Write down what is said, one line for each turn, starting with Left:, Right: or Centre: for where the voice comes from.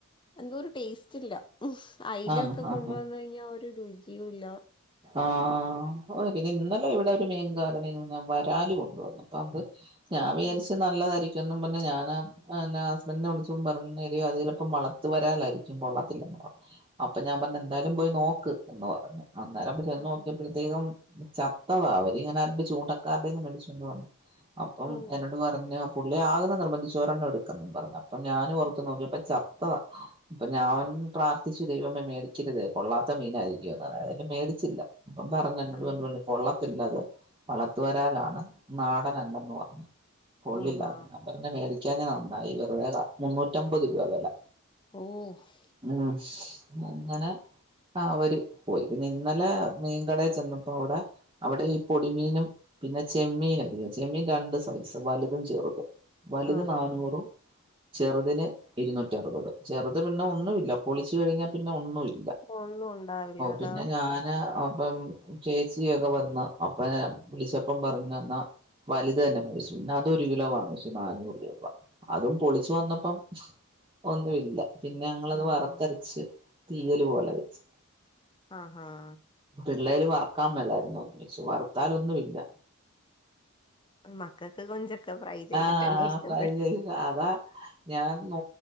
Left: എന്തോ ഒരു ടേസ്റ്റ് ഇല്ല ഉം അയിലൊക്കെ
Right: ആഹ് ആഹ്
Left: കൊണ്ടു
Right: ആഹ്
Left: വന്നു കഴിഞ്ഞാ ഒരു രുചി ഇല്ല
Right: ആഹ് ഓ പിന്നെ ഇന്നലെ ഇവിടെ ഒരു മീൻകാരനിങ്ങനെ വരാല് കൊണ്ടുവന്നു പാമ്പ് ഞാൻ വിചാരിച്ച്
Left: ആഹ്.
Right: നല്ലതാരി ചെന്നു മുന്നേ ഞാൻ ആഹ് ഹസ്‌ബെൻഡിനെ വിളിച്ചും പറഞ്ഞ് എടീ അത് ചെലപ്പം വളത്ത് വരലാരിക്കും കൊള്ളത്തില്ല എന്ന് പറഞ്ഞ് അപ്പ ഞാൻ പറഞ്ഞ് എന്താലും പോയ്‌ നോക്ക് എന്ന് പറഞ്ഞ് അന്നേരപ്പ ചെന്നൊക്കിയപ്പഴ്
Left: ആഹാ.
Right: ത്തേക്കും ചത്തതാ അവരിങ്ങനെ <unintelligible> ചൂണ്ടക്കാരുടെന്ന് മേടിച്ചൊണ്ട് വന്ന് അപ്പം
Left: ഓഹ്.
Right: എന്നോട് പറഞ്ഞ് പുള്ളി ആകുന്ന നിർബന്ധിച്ച് ഒരെണ്ണം എടുക്കുന്നെന്നും പറഞ്ഞു അപ്പൊ ഞാനും ഓർത്ത് നോക്കിയപ്പ ചത്ത അപ്പൊ ഞാൻ പ്രാത്ഥിച്ച് ദൈവമേ മേടിക്കരുതെ കൊള്ളാത്ത മീനായിയിരിക്കും എന്ന്‌ മേടിച്ചില്ല ഇവൻ പറഞ്ഞ് എന്നോട്
Left: ആഹ്.
Right: പറഞ്ഞ് കൊള്ള ത് അല്ലത് വളത്ത് വരാലാണ് നാടനല്ലന്ന് പറഞ്ഞ് കൊള്ളില്ലാന്ന്
Left: ആഹാ.
Right: ഞാൻ പറഞ്ഞ് മേടി ഞ്ഞ നന്നായി വെറുതെ മുന്നൂറ്റമ്പത് രൂപ വെല
Left: ഓഹ്.
Right: ഉം അങ്ങന അവര് പോയി പിന്നെ ഇന്നല മീൻകടേം ചെന്നപ്പോ അവിട അവിട ഈ പൊടിമീനും പിന്ന ചെമ്മീനും <unintelligible> ചെമ്മീൻ രണ്ട് സൈസ് വലുതും ചെറുതും വലുത്
Left: ആഹാ.
Right: നാന്നൂറും ചെറുതിന് ഇരുന്നൂറ്റി അറുപത് ചെറുത് പിന്നെ ഒന്നൂല്ല പൊളിച്ച് കഴിഞ്ഞാ പിന്ന ഒന്നുമില്ല
Left: ഒന്നും ഒണ്ടാവില്ല അത്
Right: പിന്ന ഞാന് അപ്പം ചേച്ചിയൊക്കെ വന്ന് അപ്പം വിളിച്ചപ്പം പറഞ്ഞു എ ന്നാ വലുത് തന്നെ മേടിച്ചു പിന്നെ അത് ഒരു കിലോ വാങ്ങിച്ചു നാന്നൂറ് രൂപ അതും പൊളിച്ചു വന്നപ്പം ഒന്നും ഇല്ല പിന്ന ഞങ്ങളത്
Left: ആഹാ.
Right: വറത്തരച്ച് തീയല് പോല വെച്ച്
Left: ആങ്‌ഹ് ആ ആ
Right: പിള്ളേര് വറക്കാൻ മേലാരുന്നോ എന്ന്‌ ചോച്ചു വറുത്താലൊന്നും ഇല്ല
Left: മക്കക്ക് കൊഞ്ചൊക്കെ ഫ്രൈ ചെയ്തിട്ടന്നെ
Right: ആ <unintelligible>
Left: ഇഷ്ടപ്പെടും.
Right: അതാ ഞാൻ നോ